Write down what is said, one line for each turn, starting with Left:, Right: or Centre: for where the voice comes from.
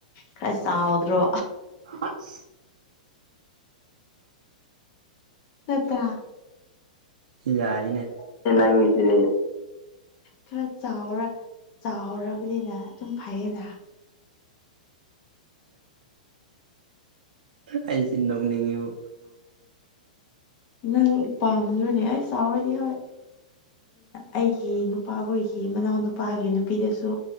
Left: ꯈꯔ ꯆꯥꯎꯗ꯭ꯔꯣ
Right: ꯑꯁ
Left: ꯅꯠꯇ꯭ꯔꯥ
Right: ꯌꯥꯢ
Left: ꯑꯗꯨꯗꯤ ꯅꯪꯗꯤ ꯈꯔ ꯆꯥꯎꯔ ꯆꯥꯎꯔꯕꯅꯤꯅ ꯑꯗꯨꯝ ꯐꯩꯌꯦꯅ
Right: ꯑꯩꯁꯦ ꯅꯣꯛꯅꯤꯡꯉꯤꯕꯨ
Left: ꯅꯪ ꯄꯥꯝꯗ꯭ꯔꯣꯅꯦ ꯑꯩ ꯄꯥꯝꯃꯗꯤ ꯍꯣꯏ ꯑꯩꯒꯤ ꯅꯨꯄꯥꯈꯣꯏꯒꯤ ꯃꯅꯥꯎ ꯅꯨꯄꯥꯒꯤ ꯅꯨꯄꯤꯗꯨꯁꯨ